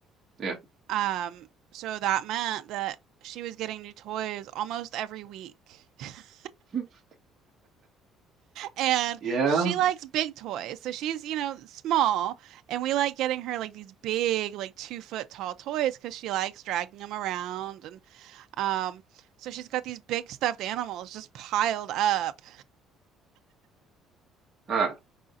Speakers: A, on the right (about 25°); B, on the right (about 60°).
A: Yeah.
B: Um, so that meant that she was getting new toys almost every week. <laughs>
A: <laughs>
B: And
A: Yeah.
B: she likes big toys. So she's, you know, small. And we like getting her like these big, like two foot tall toys because she likes dragging them around. And um, so she's got these big stuffed animals just piled up
A: Huh.